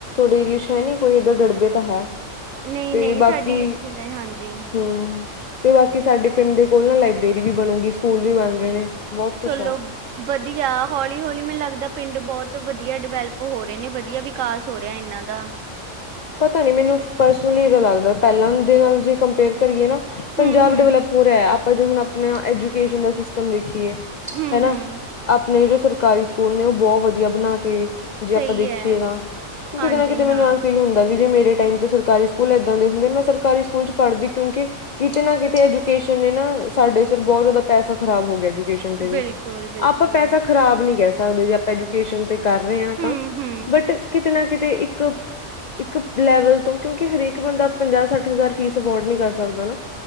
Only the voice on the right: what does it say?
ਨਹੀਂ,
ਨਹੀਂ
ਸਾਡੀ ਇੱਥੇ ਤਾਂ, ਹਾਂਜੀ।
ਚਲੋ
ਵਧੀਆ। ਹੌਲੀ, ਹੌਲੀ, ਮੈਨੂੰ ਲੱਗਦਾ ਪਿੰਡ ਬਹੁਤ ਵਧੀਆ ਡਿਵੈਲਪ ਹੋ ਨੇ, ਵਧੀਆ ਵਿਕਾਸ ਹੋ ਰਿਹਾ ਇਹਨਾਂ ਦਾ।
ਹੂੰ ਹੂੰ
ਹੂੰ
ਹੂੰ
ਸਹੀ
ਹੈ
ਹਾਂਜੀ
ਹਾਂ
ਬਿਲਕੁਲ
ਬਿਲਕੁਲ
ਹੂੰ
ਹੂੰ